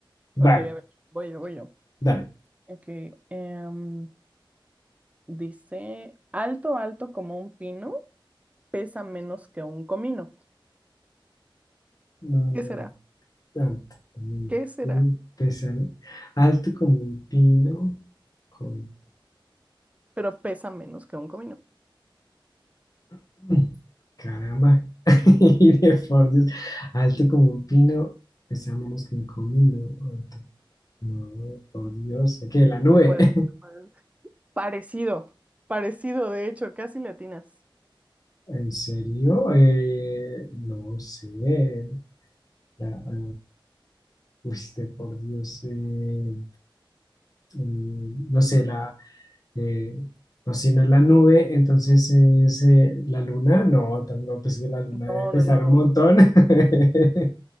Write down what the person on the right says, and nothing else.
Ok, a ver, voy yo, voy yo.
Ok, em, dice, alto, alto como un pino, pesa menos que un comino.
¿Qué será?
¿Qué será?
Pero pesa menos que un comino.
Tú puedes,
tú puedes. Parecido, parecido, de hecho, casi latinas.
No,
no, no,
no.